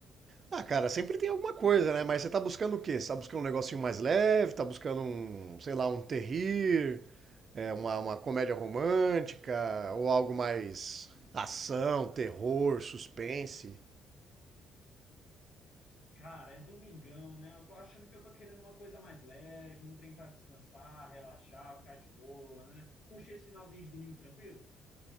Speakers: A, on the right; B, on the left.
A: Ah, cara, sempre tem alguma coisa, né? Mas você tá buscando o quê? Você tá buscando um negocinho mais leve? Tá buscando um, sei lá, um terrir? É, uma, uma comédia romântica? Ou algo mais ação, terror, suspense?
B: Cara, é domingão, né? Eu tô achando que eu tô querendo uma coisa mais leve, um trem pra descansar, relaxar, ficar de boa, né? Curtir esse finalzinho de domingo tranquilo?